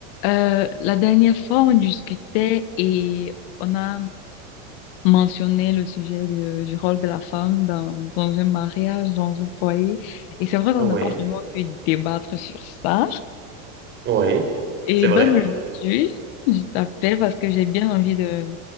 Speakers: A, on the left (about 50°); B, on the right (about 30°).
A: Euh, la dernière fois, on discutait et on a mentionné le sujet de- du rôle de la femme dans, dans un mariage, dans un foyer. Et c'est vrai qu'on
B: Oui,
A: n'a pas vraiment pu débattre sur ça.
B: oui,
A: Et
B: c'est vrai,
A: donc aujourd'hui, je t'appelle parce que j'ai bien envie de,